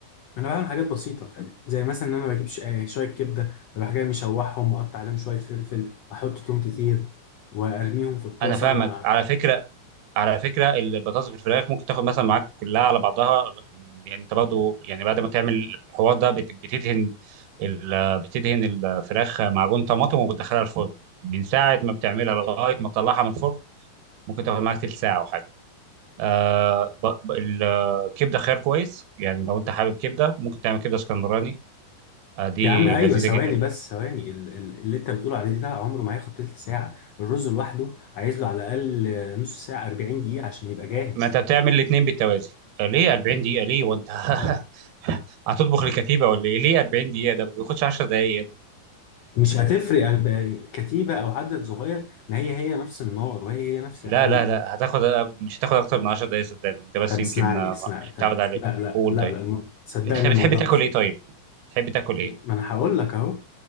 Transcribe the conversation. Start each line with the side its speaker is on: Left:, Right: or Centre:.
Left: انا بعمل حاجات بسيطه زي مثلا ان انا بجيب ش- آه، شويه كبده اروح جاي مشوحهم واقطع عليهم شويه فلفل واحط توم كتير وارميهم في الطاسه
Right: انا فاهمك
Left: مع
Right: على فكره على فكره البطاطس بالفراخ ممكن تاخد مثلا معاك كلها على بعضها يعني انت برضه يعني بعد ما تعمل الحوار ده بت- بتدهن ال- بتدهن الفراخ معجون طماطم وبتدخلها الفرن من ساعه ما بتعملها لغايه ما تطلعها من الفرن ممكن تاخد معاك تلت ساعة أو حاجة آه ب- ب- الكبدة خيار كويس يعني لو أنت حابب كبدة ممكن تعمل كبدة اسكندراني آه دي
Left: يا عم ايوه
Right: لذيذة
Left: ثواني
Right: جدا
Left: بس ثواني ال- ال- اللي انت بتقول عليه ده عمره ما هياخد تلت ساعه الرز لوحده عايز له على الاقل آه، نص ساعه 40 دقيقه عشان يبقى جاهز
Right: ما أنت بتعمل الاتنين بالتوازي آه ليه 40 دقيقة ليه وأنت
Left: آه،
Right: <laughs> هتطبخ لكتيبة ولا إيه ليه 40 دقيقة ده ما بياخدش 10 دقايق يا ابني
Left: مش هتفرق الب- كتيبه او عدد صغير ما هي هي نفس النار وهي هي نفس الحل
Right: لا لا لا هتاخد مش هتاخد أكتر من 10 دقايق صدقني أنت بس
Left: طب اسمعني
Right: يمكن آه،
Left: اسمعني
Right: مش
Left: طب
Right: متعود عليه
Left: لا لا
Right: قول
Left: لا
Right: طيب
Left: لا الم- صدقني
Right: أنت بتحب
Left: الموضوع
Right: تاكل
Left: مش
Right: إيه طيب؟ بتحب تاكل إيه؟
Left: ما انا هقول لك اهو